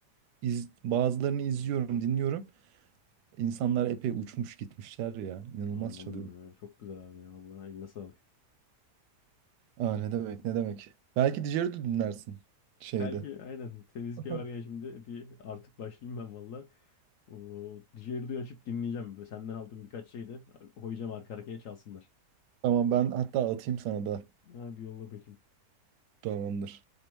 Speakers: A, on the right; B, on the left.
A: iz- bazılarını izliyorum, dinliyorum. İnsanlar epey uçmuş gitmişler ya. İnanılmaz
B: Anladım
A: çalıyor.
B: ya. Çok güzel abi ya vallahi eline sağlık.
A: Aa, ne demek, ne demek. Belki Dijer'i de dinlersin şeyde.
B: Belki aynen temizlik
A: <laughs>
B: varken şimdi bir artık başlayayım ben valla. O Dijerdu'yu açıp dinleyeceğim. Böyle Senden aldığım birkaç şeyi de koyacağım arka arkaya çalsınlar.
A: Tamam ben hatta atayım sana da.
B: Ha bir yolla bakayım.
A: Tamamdır.